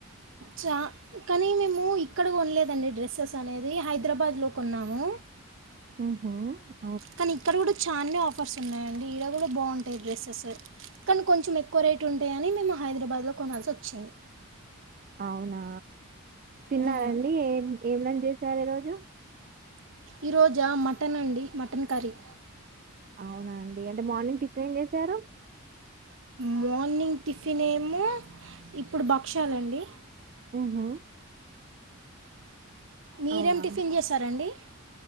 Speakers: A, on the right (about 60°); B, on the right (about 40°).
A: చా కానీ మేము ఇక్కడ కొనలేదండి డ్రెస్సెస్ అనేది హైదరాబాద్లో కొన్నాము
B: హామ్ హా
A: కానీ ఇక్కడ కూడా చానే ఆఫర్స్ ఉన్నాయండి ఇడ కూడా బాగుంటాయి డ్రెస్సెస్ కానీ కొంచెం ఎక్కువ రేట్ ఉంటాయని మేము హైదరాబాద్లో కొనాల్సి వచ్చింది
B: అవునా తిన్నారండి
A: మ్మ్.
B: ఏ ఏం లంచ్ చేసారు ఈ రోజు
A: ఈరోజా మటన్ అండి మటన్ కర్రీ
B: అవునా అండి అంటే మార్నింగ్ టిఫెన్ ఏం జేశారు
A: మార్నింగ్ టిఫిన్ ఏమో ఇప్పుడు భక్షాలండి
B: హమ్ హమ్
A: మీరేం
B: అవునా
A: టిఫిన్ జేసారండి